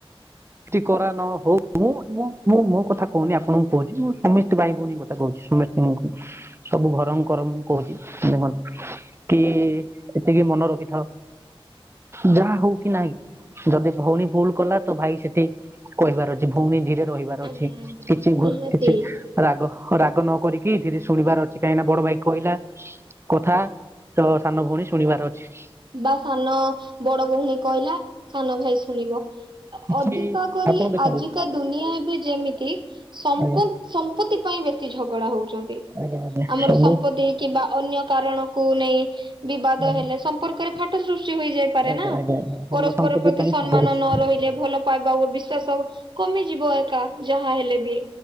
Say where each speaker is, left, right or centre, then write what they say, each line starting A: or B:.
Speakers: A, on the right (about 25°); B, on the right (about 50°).
A: କରା ନହଉ ମୁଁ ମୁଁ ମୁଁ ମୋ କଥା କହୁନି ଆପଣଙ୍କୁ କହୁଛି ମୁଁ ସମସ୍ତେ ଭାଇ ଭଉଣୀ କ କଥା କହୁଛି ସମସ୍ତଙ୍କୁ ସବୁ ଘର କର ଙ୍କର କହୁଛି ଦେଖନ୍ତୁ। କି ଏତିକି ମନ ରଖିଥାଅ ଯାହା ହଉ କି ନାହିଁ ଯଦି ଭଉଣୀ ଭୁଲ କଲା ତ ଭାଇ ସେଠି ଟି କହିବାର ଅଛି ଭଉଣୀ ଧୀରେ ରହିବାର
B: ଆଜ୍ଞା
A: ଅଛି
B: ଆଜ୍ଞା
A: କିଛି
B: ନିହାତି
A: କିଛି ରାଗ ରାଗ ନ କରିକି ଧରେ ଶୁଣିବାର ଅଛି କାହିଁକି ନା ବଡ ଭାଇ କହିଲା କଥା ତ ସାନ ଭଉଣୀ ଶୁଣିବାର ଅଛି।
B: ବା ସାନ ବଡ ଭଉଣୀ କହିଲା ସାନ ଭାଇ ଶୁଣିବ।
A: କିଛି
B: ଅଧିକ କରି
A: ଆପଣ ଦେଖନ୍ତୁ
B: ଆଜିକା ଦୁନିଆ ଏବେ ଯେମିତି ସମ୍ପ
A: ଆଜ୍ଞା
B: ସମ୍ପତ୍ତି ପାଇଁ ବେଶୀ ଝଗଡା ହଉଛନ୍ତି।
A: ଆଜ୍ଞା ଆଜ୍ଞା
B: ଆମର
A: ସବୁ
B: ସମ୍ପତ୍ତି କିମ୍ବା ଅନ୍ୟ କାରଣକୁ ନେଇ ବିବାଦ
A: ଭଲ
B: ହେଲେ ସମ୍ପର୍କରେ ଫାଟ ସୃଷ୍ଟି ହୋଇଯାଇପାରେ
A: ଆଜ୍ଞା
B: ନା
A: ଆଜ୍ଞା ଆଜ୍ଞା ଧନ
B: ପରସ୍ପର
A: ସମ୍ପତ୍ତି
B: ପ୍ରତି
A: ପାଇଁ
B: ସମ୍ମାନ
A: ସବୁ କିଛି
B: ନ ରହି ରେ ଭଲ ପାଇବା ଓ ବିଶ୍ଵାସ କମିଯିବ। କା ଯାହା ହେଲେ ବି